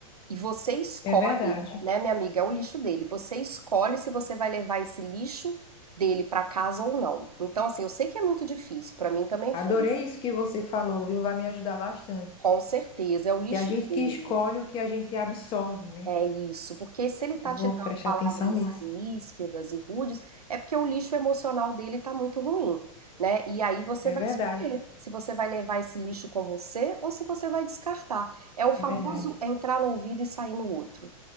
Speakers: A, on the right; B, on the left.
A: E você escolhe,
B: É verdade.
A: né, minha amiga, é o lixo dele. Você escolhe se você vai levar esse lixo dele para casa ou não. Então, assim, eu sei que é muito difícil, para mim também
B: Adorei
A: foi.
B: isso que você falou, viu? Vai me ajudar bastante.
A: Com certeza, é o lixo
B: E a gente
A: dele.
B: que escolhe o que a gente absorve, né?
A: É isso, porque se ele tá
B: Eu
A: te
B: vou
A: dando
B: prestar
A: palavras
B: atenção nisso.
A: ríspidas e rudes, é porque o lixo emocional dele tá muito ruim, né? E aí você
B: É
A: vai
B: verdade,
A: escolher se você vai levar esse lixo com você ou se você vai descartar. É o famoso
B: é verdade.
A: entrar no ouvido e sair no outro,